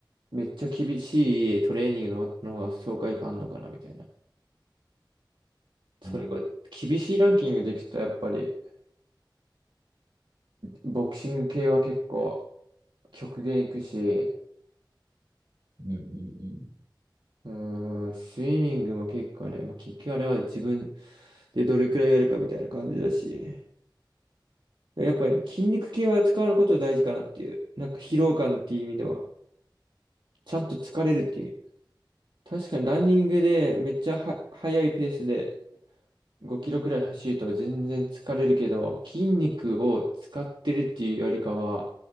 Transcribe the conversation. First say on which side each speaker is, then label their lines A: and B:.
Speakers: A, on the right; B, on the right.
A: めっちゃ厳しいトレーニングの、の方が爽快感あるのかなみたいな。それこそ厳しいランキングでいくとやっぱり、
B: うん。
A: ボクシング系は結構極限いくし、
B: うん。うんうん
A: うーん、スイミングも結構ね、まあ、結局あれは自分でどれくらいやるかみたいな感じだし、やっぱり筋肉系は使うこと大事かなっていう、なんか疲労感っていう意味では、ちゃんと疲れるっていう意味。確かにランニングでめっちゃは速いペースで5キロくらい走ると全然疲れるけど、筋肉を使ってるっていうよりかは、